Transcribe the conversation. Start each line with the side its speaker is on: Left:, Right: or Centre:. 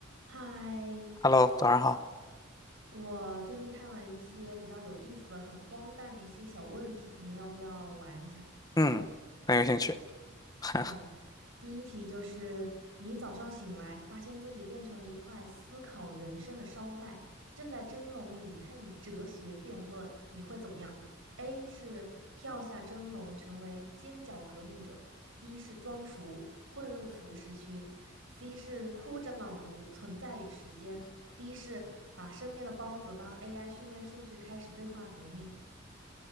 Right: 嗨，
Left: Hello，早上好。
Right: 我最近看了一些比较有意思的、很荒诞的一些小问题，你要不要玩一下？
Left: 嗯，很有兴趣。<laughs>
Right: 好，第一题就是你早上醒来，发现自己变成了一块思考人生的烧麦，正在蒸笼里参与哲学辩论，你会怎么样？A 是跳下蒸笼成为尖角革命者，B 是装熟混入熟食区，C 是哭着朗读《存在与时间》，D 是把身边的包子当 AI 训练数据开始对话革命。